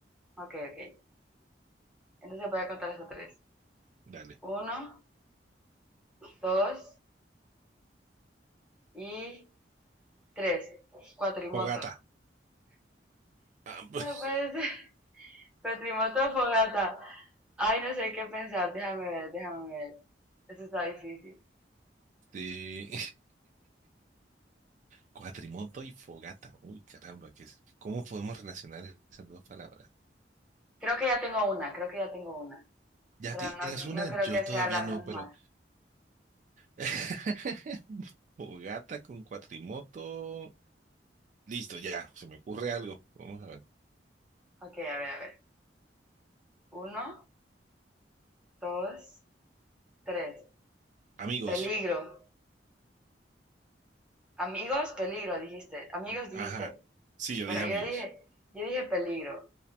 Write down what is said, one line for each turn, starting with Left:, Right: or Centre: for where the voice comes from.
Centre: ok, ok. Entonces voy a contar hasta tres.
Right: Dale.
Centre: Uno, dos y tres. Cuatrimoto.
Right: Fogata. Ah, <laughs>
Centre: No puede ser. Cuatrimoto o fogata. Ay, no sé qué pensar. Déjame ver, déjame ver. Eso está difícil.
Right: sí. Cuatrimoto y fogata. Uy, caramba, ¿qué es? ¿Cómo podemos relacionar esas dos palabras?
Centre: Creo que ya tengo una, creo que ya tengo una.
Right: Ya
Centre: Pero
Right: tienes
Centre: no, no
Right: una,
Centre: creo
Right: yo
Centre: que
Right: todavía
Centre: sea la
Right: no,
Centre: misma.
Right: pero <laughs> fogata con cuatrimoto. Listo, ya, se me ocurre algo. Vamos a ver.
Centre: Ok, a ver, a ver. Uno, dos, tres.
Right: Amigos.
Centre: Peligro. Amigos, peligro, dijiste. Amigos,
Right: A-
Centre: dijiste.
Right: Ajá. Sí, yo
Centre: Bueno,
Right: dije amigos.
Centre: yo dije, yo dije peligro.